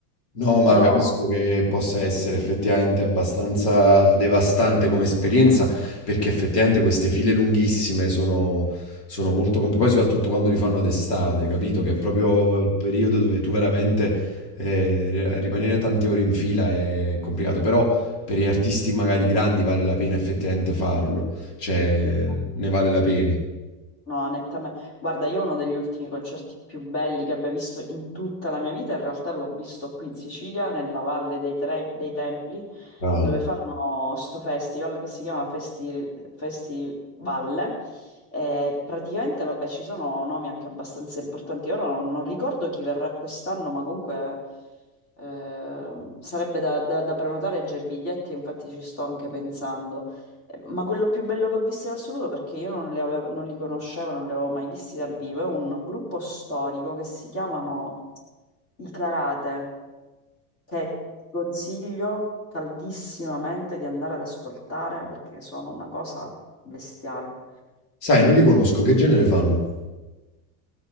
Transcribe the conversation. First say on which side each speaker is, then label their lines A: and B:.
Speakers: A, on the left (about 85°); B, on the left (about 35°).
A: No, ma
B: però
A: capisco che possa essere effettivamente abbastanza devastante come esperienza, perché effettivamente queste file lunghissime sono, sono molto complicate, poi soprattutto quando li fanno d'estate, capito? Che è proprio il periodo dove tu veramente eh, re- rimanere tante ore in fila è complicato, però per gli artisti magari grandi vale la pena effettivamente farlo, cioè
B: No,
A: ne vale la pena.
B: no, nettamente. Guarda, io uno degli ultimi concerti più belli che abbia visto in tutta la mia vita, in realtà l'ho visto qui in Sicilia, nella Valle dei, Tre- dei Templi,
A: Ah.
B: dove fanno sto festival che si chiama Festi, Festival. E praticamente, vabbè, ci sono nomi anche abbastanza importanti. Ora non, non ricordo chi verrà quest'anno, ma comunque eh, sarebbe da, da- da prenotare già i biglietti, infatti ci sto anche pensando. Ma quello più bello che ho visto in assoluto, perché io non, le avevo- non li conoscevo, non li avevo mai visti dal vivo, è un gruppo storico che si chiamano I Karate, che ti consiglio caldissimamente di andare ad ascoltare perché sono una cosa bestiale.
A: Sai, non li conosco, che genere fanno?